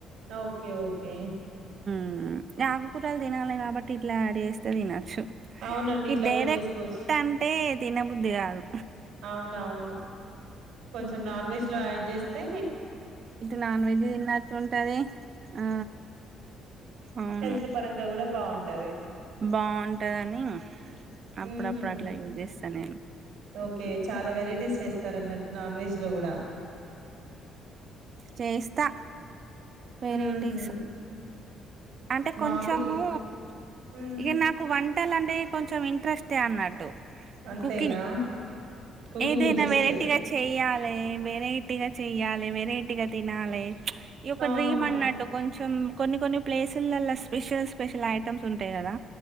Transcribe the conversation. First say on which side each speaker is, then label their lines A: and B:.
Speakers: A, on the right; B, on the right.
A: ఓకే ఓకే
B: ఉమ్ ఆకుకూరలు తినాలి కాబట్టి ఇట్లా యాడ్ చేస్తే తినాల్ చ్చు
A: అవునండి. ఇట్లా
B: ఈ డైరెక్ట్
A: గూడా జేసుకోవచ్చు.
B: అంటే తినబుద్ధి కాదు
A: అవునవును. కొంచెం నాన్
B: హ్మ్.
A: వెజ్ లో యాడ్ చేస్తే
B: ఇటు నాన్ వెజ్ తిన్నట్టు ఉంటది ఆ అవును
A: హెల్త్ పరంగా గూడా బావుంటది.
B: బాంటదని
A: హుహు.
B: అప్పుడప్పుడు అట్లా యూ చేస్తా నేను
A: ఓకే చాలా వెరైటీస్ చేస్తారు అన్నట్టు నాన్ వెజ్ లో కూడా
B: చేస్తా వెరైటీ
A: హుహు.
B: అంటే
A: మా
B: కొంచము
A: పిల్ హ్మ్.
B: ఇక నాకు వన్ వంట కొంచెం ఇంట్రెస్టే అన్నట్టు
A: అంతేనా?
B: కుకింగ్
A: కుకింగ్
B: ఏదైనా
A: ఇంట్రెస్ట్.
B: వెరైటీగా చేయాలి గా చెయాలి వెరైటీగా తినాలి ఈ యొక్క
A: ఆహా!
B: డ్రీమ్ అన్నట్టు కొంచెం కొన్ని కొన్ని ప్లేసులలో స్పెషల్ స్పెషల్ ఐటమ్స్ ఉంటాయి కదా